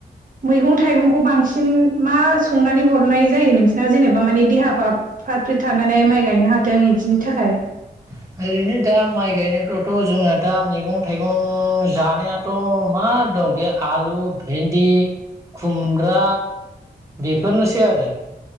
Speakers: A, on the right; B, on the right.
A: मैगं थाइगंखौ बांसिन मा संनानै हरनाय जायो नोंसिना जेनेबा माने देहा फा फ्रात फ्रिथ थानानै माइ गायनो हाथों इदिनि थाखाय
B: <inaudible> ओरैनो दा माइ गायनायफ्रावथ' जोंना दा मैगं थाइगं जानायाथ' मा दं दे आलु भेन्दि खुमब्रा बेफोरनोसै आरो